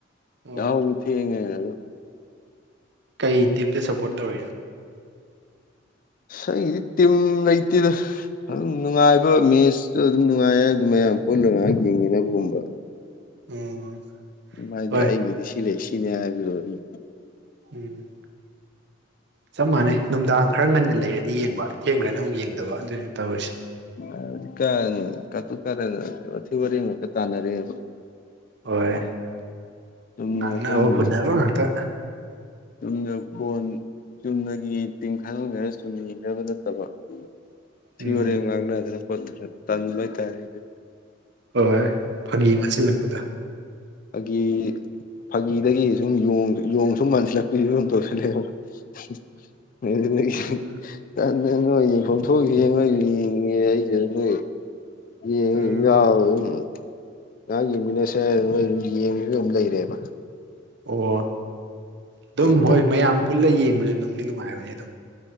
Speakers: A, on the right; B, on the left.
A: ꯑꯣ
B: ꯌꯥꯎ ꯍꯧꯗꯤ ꯍꯦꯉ ꯍꯥꯏꯅꯣ
A: ꯀꯩ ꯇꯤꯝꯗ ꯁꯞꯄꯣꯔꯠ ꯇꯧꯔꯤꯅꯣ
B: ꯑꯩꯗꯤ ꯇꯤꯝ ꯂꯩꯇꯦꯗ ꯑꯗꯨꯝ ꯅꯨꯡꯉꯥꯏꯕ ꯃꯦꯠꯁꯇꯣ ꯑꯗꯨꯝ ꯅꯨꯡꯉꯥꯏꯌꯦ ꯑꯗꯨ ꯃꯌꯥꯝ ꯄꯨꯜꯂꯒ ꯉꯥꯏꯍꯥꯛ ꯌꯦꯡꯉꯤꯅꯕꯒꯨꯝꯕ
A: ꯎꯝ
B: ꯎ ꯍꯥꯏꯗꯤ
A: ꯍꯣꯏ
B: ꯑꯩꯒꯤꯗꯤ ꯁꯤ ꯂꯩ ꯁꯤꯅꯦ ꯍꯥꯏꯕꯤꯔꯣꯑꯣ ꯏ
A: ꯎꯝ ꯆꯞ ꯃꯥꯟꯅꯩ ꯅꯨꯡꯗꯥꯡ ꯈꯔ ꯉꯟꯅ ꯂꯩꯔꯗꯤ ꯌꯦꯡꯕ ꯊꯦꯡꯈ꯭ꯔꯦꯅ ꯑꯃꯨꯛ ꯌꯦꯡꯗꯕ ꯑꯗꯨꯅꯤ ꯇꯧꯔꯤꯁꯦ
B: ꯑ ꯀꯥꯟ ꯀꯥꯇꯨ ꯀꯥꯔꯟ ꯋꯥꯊꯤ ꯋꯥꯔꯦꯝ ꯉꯛꯇ ꯇꯥꯟꯅꯔꯦꯕ
A: ꯍꯣꯏ
B: ꯆꯨꯝꯅ
A: ꯉꯥꯡꯅꯕ
B: ꯑꯩꯈꯣꯏꯒꯤ
A: ꯍꯨꯅꯕ ꯉꯥꯛꯇ
B: ꯆꯨꯝꯅ ꯕꯣꯜ ꯆꯨꯝꯅꯒꯤ ꯇꯤꯝ ꯈꯥꯗꯣꯛꯅꯔ ꯆꯨꯝꯅ ꯌꯦꯡꯅꯕ ꯅꯠꯇꯕ ꯋꯊꯤ
A: ꯎꯝ
B: ꯑꯦꯔꯦꯝ ꯉꯪꯅꯗꯅ ꯈꯣꯇꯅ ꯇꯟꯕ ꯍꯥꯏꯇꯔꯦ
A: ꯍꯣꯏ ꯐꯥꯒꯤ ꯃꯟꯁꯤꯜꯂꯛꯄꯗ
B: ꯐꯥꯒꯤ ꯐꯥꯒꯤꯗꯒꯤ ꯁꯨꯝ ꯌꯣꯡ ꯁꯨꯝ ꯃꯥꯟꯁꯤꯜꯂꯛꯄꯤ ꯁꯨꯝ ꯂꯣꯏꯁꯤꯜꯂꯦꯕ 'unintelligible'
A: ꯎꯝ
B: ꯅꯣꯏ ꯌꯦꯟꯐꯝ ꯊꯣꯛ ꯌꯦꯡꯉꯣ ꯑꯩꯁꯨ ꯌꯦꯡꯒꯦ 'unintelligible' ꯅꯣꯏ ꯌꯦꯡꯉ
A: ꯎꯝ
B: ꯑꯗꯨꯝ ꯌꯥꯎꯋꯝ ꯉꯍꯥꯛ ꯌꯦꯡꯃꯤꯟꯅꯁꯦ ꯑꯗꯨ ꯑꯗꯨꯝ ꯌꯦꯡꯕꯁꯨ ꯑꯗꯨꯝ ꯂꯩꯔꯦꯕ
A: ꯑꯣ ꯑꯗꯨꯝ
B: ꯑꯗꯨꯒ
A: ꯍꯣꯏ ꯃꯌꯥꯝ ꯄꯨꯜꯂ ꯌꯦꯡꯕꯁꯨ ꯅꯨꯡꯗꯤ ꯅꯨꯡꯉꯥꯏꯕꯅꯦ ꯑꯗꯨꯝ